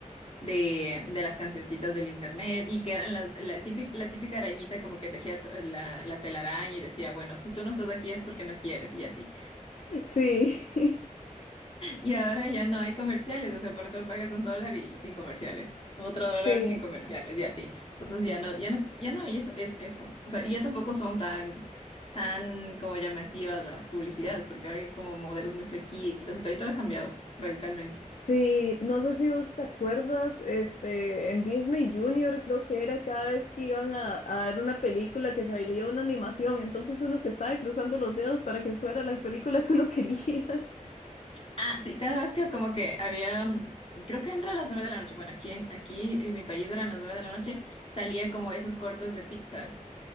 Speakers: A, on the left (about 45°); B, on the left (about 60°).
A: de, de las cancioncitas del internet y que eran las- la, típica, la típica arañita como que tejía to- la, la telaraña y decía, bueno, si tú no estás aquí es porque no quieres y así.
B: Sí, <laughs>
A: Y ahora ya no hay comerciales, o sea, para todo pagas un dólar y sin comerciales, otro dólar
B: sí,
A: sin comerciales y así. Entonces ya no, ya no, ya no hay eso, es eso. O sea, y ya tampoco son tan, tan como llamativas las publicidades, porque ahora hay como modelos muy flequitos y todo, y todo ha cambiado radicalmente.
B: sí. No sé si vos te acuerdas, este, en Disney Junior creo que era cada vez que iban a, a dar una película que salía una animación. Entonces uno que estaba cruzando los dedos para que fuera la película que uno quería. <laughs>
A: Ah, sí, cada vez que como que había, mm, creo que entre las nueve de la noche, bueno, aquí en, aquí en mi país eran las nueve de la noche, salía como esos cortos de Pixar,